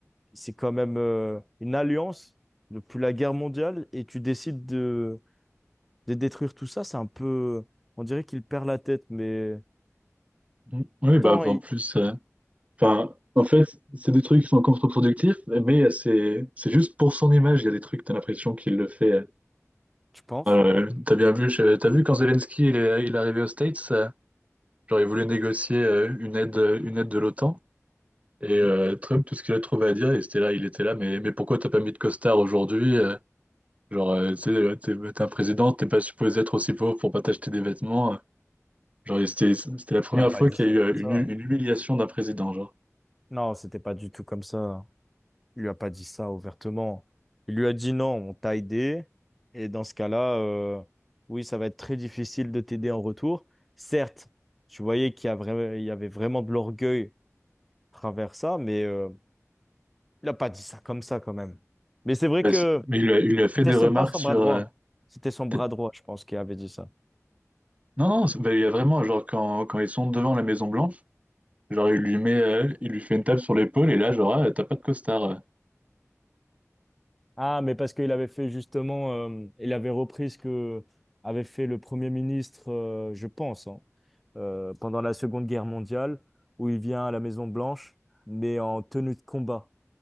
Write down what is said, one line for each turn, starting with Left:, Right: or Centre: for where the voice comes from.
Centre: c'est quand même, euh, une alliance depuis la guerre mondiale et tu décides de, de détruire tout ça, c'est un peu, on dirait qu'il perd la tête, mais
Right: Mm. oui,
Centre: pourtant,
Right: bah, en
Centre: il-
Right: plus, euh, enfin, en fait, c'est des trucs qui sont contre-productifs, mais euh, c'est c'est juste pour son image, il y a des trucs, t'as l'impression qu'il le fait. euh,
Centre: tu penses?
Right: euh, t'as bien vu, je- t'as vu quand Zelensky il est, il est arrivé aux States, Genre, il voulait négocier euh, une aide, euh, une aide de l'OTAN. Et
Centre: Mhm.
Right: euh, Trump, tout ce qu'il a trouvé à dire, il était là, il était là, mais, mais pourquoi t'as pas mis de costard aujourd'hui? euh, Genre, euh, tu sais, euh, t'es t'es un président, t'es pas supposé être aussi pauvre pour pas t'acheter des vêtements. euh. Genre, c'était c'était la première
Centre: Il n'a pas
Right: fois
Centre: dit
Right: qu'il
Centre: ça
Right: y a eu
Centre: comme
Right: euh,
Centre: ça.
Right: une, hu- une humiliation d'un président, genre.
Centre: Non, c'était pas du tout comme ça. Il lui a pas dit ça ouvertement. Il lui a dit non, on t'a aidé. Et dans ce cas-là, euh, oui, ça va être très difficile de t'aider en retour. Certes, tu voyais qu'il y a vra- il y avait vraiment de l'orgueil à travers ça, mais euh, il a pas dit ça comme ça quand même. Mais c'est vrai
Right: Bah,
Centre: que
Right: c'est- Mais il, a- il a fait
Centre: c'était
Right: des
Centre: ce-
Right: remarques
Centre: pas son
Right: sur...
Centre: bras droit.
Right: euh,
Centre: C'était son bras
Right: peut-être-
Centre: droit, je pense, qui avait dit ça.
Right: non, non, c'est- bah, il y a vraiment, genre, quand, quand ils sont devant la Maison-Blanche, genre, il lui met, euh, il lui fait une tape sur l'épaule, et là, genre, Ah, t'as pas de costard. euh.
Centre: Ah, mais parce qu'il avait fait justement, euh, il avait repris ce que avait fait le Premier ministre, euh, je pense, hein, euh, pendant la Seconde Guerre mondiale, où il vient à la Maison Blanche, mais en tenue de combat.